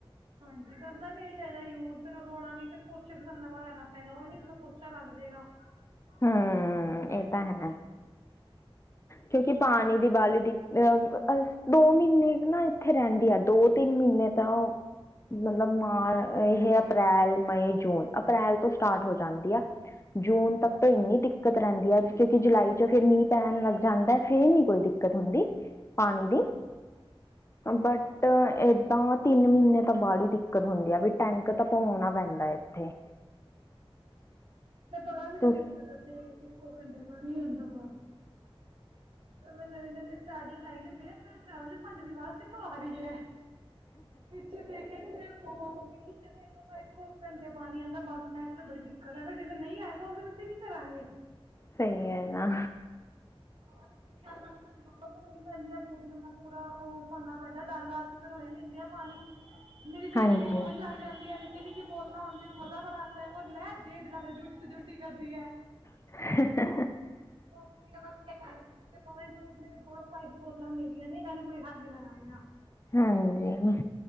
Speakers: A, on the right; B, on the left.
A: ਹਾਂਜੀ ਕਰਨਾ ਵੀ ਨਹੀਂ ਹੀ ਚਾਹੀਦਾ ਯੂਜ ਫਿਰ ਰੋੜਾਂਗੇ ਫਿਰ ਪੋਚੇ ਫਾਨੇ ਵਾ ਲੈਣਾ ਪਏਗਾ ਓ ਹੀ ਮੂੰ ਪੋਚਾ ਲੱਗ ਜੇਗਾ।
B: <inaudible>
A: <unintelligible>
B: ਹੂੰ ਇਹ ਤਾਂ ਹੈ। ਕਿਉਂਕਿ ਪਾਣੀ ਦੀਵਾਲੀ ਦੀ ਅ ਦੋ ਮਹੀਨੇ ਨਾ ਇੱਥੇ ਰੈਂਦੀ ਆ ਦੋ- ਤਿੰਨ ਮਹੀਨੇ ਤਾਂ ਓ ਮਤਲਬ ਮਾਰ ਇਹ ਅਪ੍ਰੈਲ ਮਈ ਜੂਨ ਅਪ੍ਰੈਲ ਤੋਂ ਸਟਾਰਟ ਹੋ ਜਾਂਦੀ ਆ ਜੂਨ ਤੱਕ ਤੋਂ ਏਨੀ ਦਿੱਕਤ ਰੈਂਦੀ ਆ ਕਿਉਂਕਿ ਜੁਲਾਈ ਕਿਉਕੀ ਮੀਂ ਪੈਣ ਲੱਗ ਜਾਂਦੈ ਫੇਰ ਨੀ ਕੋਈ ਦਿੱਕਤ ਹੁੰਦੀ ਪਾਣੀ ਦੀ। ਬਟ ਏਦਾਂ ਤਿੰਨ ਮੀਨੇ ਤਾਂ ਬਾਲੀ ਦਿੱਕਤ ਹੁੰਦੀ ਆ ਵੀ ਟੈਂਟ ਤਾਂ ਭੁੰਮਉਣਾ ਪੈਂਦਾ ਇੱਥੇ
A: ਤੇ ਬਾਰ ਮੇਨੂੰ
B: ਤੁਸ-
A: ਦਿੱਕਤ ਆ ਕਿ ਇੱਕੋ ਘੰਟੇ ਪਾਨੀ ਆਦਾ ਬਰ ਨਵੀ-ਨਵੀ ਸਟਾਰਟਿੰਗ ਆਈ ਨੇ, ਮੈਂ ਫਿਰ ਚਾਰ ਵਜੇ ਭਾਡੇ ਦੀ ਆਵਾਜ਼ ਕਿੱਥੋਂ ਆ ਰਹੀ ਆ। ਪਿੱਛੇ ਦੇ <unintelligible> ਇੱਕੋ ਘੰਟੇ ਪਾਣੀ ਆਦਾ, ਬਸ ਮੈਂ ਤਾਂ ਬੜੀ ਦਿੱਕਤ ਐ। ਜਿਸ ਦਿਨ ਨੲ ਈ ਆਏਗਾ ਉਸ ਦਿਨ ਅਸੀਂ ਕੀ ਕਰਾਂਗੇ?
B: ਸਈ ਐ ਨਾ
A: <unintelligible> ਬਾ ਭਰਨੀ ਪੈਂਦੀਆਂ ਬੋਤਲਾਂ ਪੂਰਾ ਓ ਭਰਨਾ ਪੈਂਦਾ ਡਾਲਾ ਅਸੀਂ ਫੇਰ ਉਹੀ ਦਿੰਦੇ ਆਂ ਪਾਣੀ। ਮੇਰੀ ਬੇਟੀ
B: ਹਾਂਜੀ।
A: ਦੀ ਮੌਜ ਲੱਗ ਜਾਂਦੀ ਐ ਨਿੱਕੀ ਨਿੱਕੀ ਬੋਤਲਾਂ ਹੁੰਦੀਆਂ ਮਜ਼ਾ ਬੜਾ ਆਦਾ ਐ ਓ ਨੈ ਜ਼ਿਆਦਾ ਜੂਠੀ ਤੇ ਜੂਠੀ ਕਰਦੀ ਐ।
B: <inaudible>
A: ਓਕੇ ਓ <unintelligible> ਬੋਤਲਾਂ ਮੇਰੀਆਂ ਨੇ ਐਨੂੰ ਕੋਈ ਹੱਥ ਨੀ ਲਗਾਏਗਾ।
B: ਹਾਂਜੀ,